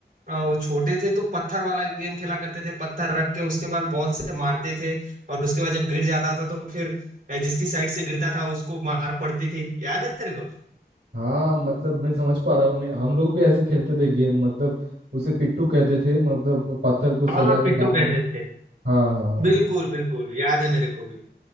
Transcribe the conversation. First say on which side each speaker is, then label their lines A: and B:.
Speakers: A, on the right; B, on the right.
A: अ, छोटे थे तो पत्थर वाला गेम खेला करते थे पत्थर रख के उसके बाद बॉल से मारते थे और उसके बाद जब गिर जाता था तो फिर अ, जिसकी साइड से गिरता था उसको मार पड़ती थी याद है तेरे को
B: हाँ मतलब मैं समझ पा रहा हूँ मैं हम लोग भी ऐसे खेलते थे गेम मतलब उसे पिट्टू कहते थे मतलब पत्थर को सजा
A: हाँ हाँ पिट्टो
B: के रखना
A: कहते थे
B: हाँ हाँ हाँ
A: बिल्कुल बिल्कुल याद है मेरे को भी